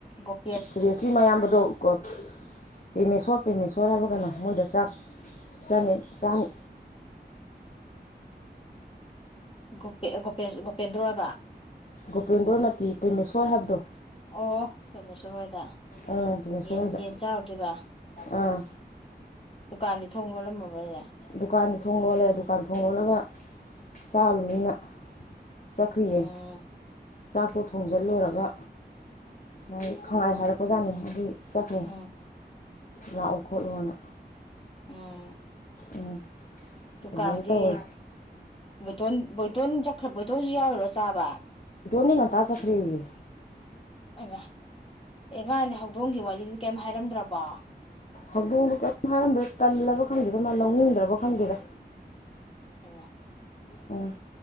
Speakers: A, on the left; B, on the left.
A: ꯒꯣꯠ
B: ꯁꯨꯔꯦꯁꯀꯤ ꯃꯌꯥꯝꯕꯗꯣ ꯏꯀꯣ ꯄꯦꯃꯦꯁꯣꯔ ꯄꯦꯃꯦꯁꯣꯔ ꯍꯥꯏꯕ ꯀꯩꯅꯣ ꯃꯣꯏꯗ ꯆꯥꯛ ꯆꯥꯅꯤ ꯆꯥꯅꯤ
A: ꯒꯣꯄꯦ ꯒꯣꯄꯦꯁ ꯒꯣꯄꯦꯗꯔꯣꯗ
B: ꯒꯣꯄꯦꯟꯗ꯭ꯔꯣ ꯅꯇꯦ ꯄ꯭ꯔꯦꯃꯦꯁꯣꯔ ꯍꯥꯏꯕꯗꯣ
A: ꯑꯣ ꯔꯥꯏꯃꯦꯁꯣꯔ ꯍꯣꯏꯗ
B: ꯎꯝ ꯄꯦꯃꯦꯁꯣꯔ
A: ꯌꯦꯟ
B: ꯍꯣꯏꯗ
A: ꯌꯦꯟ ꯆꯥꯔꯨꯗꯣꯏꯕ
B: ꯑꯥ
A: ꯗꯨꯀꯥꯟꯗꯤ ꯊꯣꯡ ꯂꯣꯜꯂꯝꯃꯕꯅꯤꯅ
B: ꯗꯨꯀꯥꯟꯗꯤ ꯊꯣꯡ ꯂꯣꯜꯂꯦ ꯗꯨꯀꯥꯟ ꯊꯣꯅꯡ ꯂꯣꯜꯂꯒ ꯆꯥꯔꯨꯅꯤꯅ ꯆꯠꯈꯔꯤꯌꯦ
A: ꯎꯝ
B: ꯆꯥꯛꯇꯣ ꯊꯣꯡꯖꯜ ꯂꯣꯏꯔꯒ ꯃꯥꯏ ꯈꯪꯍꯥꯏ ꯍꯥꯏꯔꯛꯄꯖꯥꯠꯅꯤ ꯑꯗꯨꯒꯤ ꯆꯠꯈ꯭ꯔꯦ
A: ꯎꯝ
B: ꯂꯥꯛꯑꯣ ꯈꯣꯠꯂꯣꯅ
A: ꯎꯝ
B: ꯎꯝ
A: ꯗꯨꯀꯥꯟꯗꯤ
B: ꯑꯗꯨꯃꯥꯏꯅ ꯇꯧꯋꯦ
A: ꯕꯣꯏꯇꯣꯟ ꯕꯣꯏ ꯎꯝ ꯆꯠꯈ꯭ꯔ ꯕꯣꯏꯇꯣꯟꯁꯨ ꯌꯥꯎꯔꯤꯔꯣ ꯆꯥꯕ
B: ꯗꯤ ꯉꯟꯇꯥ ꯆꯠꯈꯔ꯭ꯦꯌꯦ
A: ꯑ ꯑꯦ ꯉꯥꯅꯦ ꯍꯧꯗꯣꯡꯒꯤ ꯋꯥꯔꯤꯗꯨꯗꯤ ꯀꯩꯝ ꯍꯥꯏꯔꯝꯗ꯭ꯔꯕꯣ
B: ꯍꯧꯗꯣꯡꯗꯨꯣ ꯀꯝ ꯍꯥꯏꯔꯝꯗ꯭ꯔꯦ ꯇꯜꯂꯕ ꯈꯪꯗꯦꯗ ꯃꯥ ꯂꯧꯅꯤꯡꯗ꯭ꯔꯕ ꯈꯪꯗꯦꯗ
A: ꯍꯩꯝ
B: ꯎꯝ